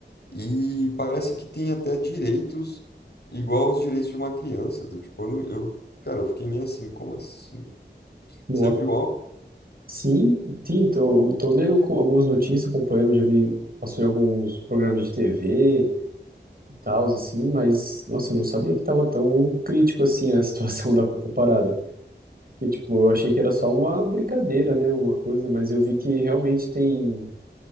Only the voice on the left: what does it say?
E parece que tem até direitos igual aos direitos de uma criança. Do, tipo, eu, não- eu- cara, eu fiquei meio assim, como assim?
Você viu algo?